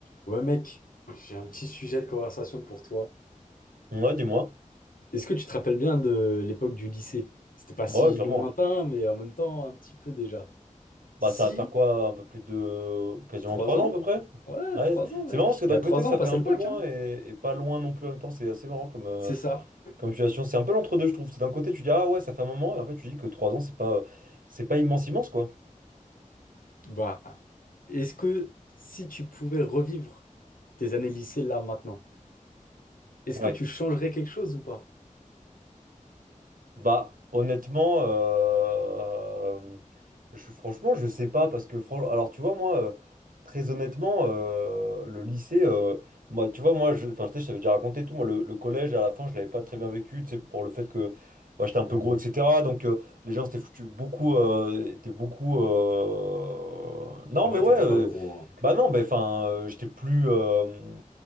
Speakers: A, on the left; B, on the right.
A: Ouais, mec, j'ai un petit sujet de conversation pour toi.
B: Ouais, dis-moi.
A: Est-ce que tu te rappelles bien de l'époque du lycée? C'était pas
B: Ouais,
A: si
B: clairement.
A: lointain, mais en même temps, un petit peu déjà. Si,
B: Bah, ça va faire quoi? Un peu plus de... Quasiment
A: trois
B: trois
A: ans?
B: ans à peu près?
A: Ouais,
B: Ouais.
A: trois ans,
B: C'est
A: mec.
B: marrant parce que
A: Il
B: d'un
A: y a
B: côté,
A: trois
B: ça
A: ans, on passait
B: fait un
A: le
B: peu
A: bac,
B: loin
A: hein?
B: et, et pas loin non plus en même temps. C'est assez marrant comme, euh,
A: C'est ça.
B: comme situation. C'est un peu l'entre-deux, je trouve. C'est d'un côté, tu dis, ah ouais, ça fait un moment. Et en fait, tu dis que trois ans, c'est pas, c'est pas immense, immense, quoi.
A: Bah, est-ce que si tu pouvais revivre tes années lycée là, maintenant, est-ce
B: Ouais.
A: que tu changerais quelque chose ou pas?
B: Bah, honnêtement, euh, euh, je, franchement, je sais pas parce que, franchement, alors tu vois, moi, euh, très honnêtement, euh, le lycée, euh, moi, tu vois, moi, je, enfin, je sais, je t'avais déjà raconté tout, moi, le, le collège, à la fin, je l'avais pas très bien vécu, tu sais, pour le fait que moi, j'étais un peu
A: Hmm.
B: gros, etc. Donc, euh, les gens s'étaient foutus beaucoup, euh, étaient beaucoup. euh, Non,
A: En
B: mais
A: vrai,
B: ouais,
A: t'étais
B: euh,
A: pas gros, hein.
B: bah non, bah, enfin, euh, j'étais plus. euh,